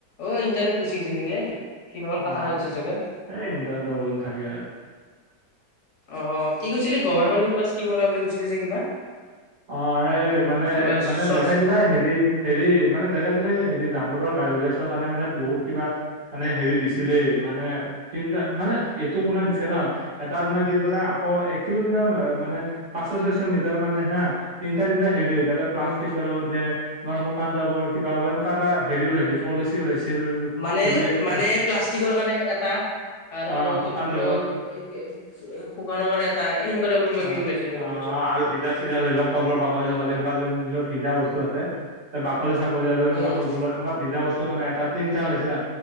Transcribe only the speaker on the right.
হয়,
এই ইণ্টাৰনেটৰ প্ৰব্লেম থাকে আৰু।
অ', এই মানে
মানে
জেগাই জেগাই হেৰি হেৰি মানে জেগা জেগাই হেৰি জাবৰৰ গাজ বাইছৰ কাৰণে মানে বহুত কিবা মানে হেৰি দিছিলেই মানে তিনটা মানে এইটো কুনা দিছে ন। এটা কোণাই দি পেলাই আকৌ এক কিলোমিটাৰ নহয় মানে পাঁচশ ছয়শ মিটাৰ মানে হা। তিনিটা তিনিটা হেৰি তাতে প্লাষ্টিক
পেলাব দিয়ে। তোমাৰ শুকান যাবৰ কিবা এনেকুৱা এটা হেৰি ওলাইছিল পলিচি ওলাইছিল।
বুলি
অ',
অ', শুকান
জাবৰ
অ
অ',
আৰু ভিজা চিজা ধৰি লওঁক কলৰ বাকলি ছাকলি এনেকুৱা যোনিলাক ভিজা বস্তু আছে। বাকলি চাকলী আৰু এনেকুৱা
ফল ফুলৰ এনেকুৱা ভিজা বস্তু কাৰণে এটা তিনিটা ওলাইছিলে।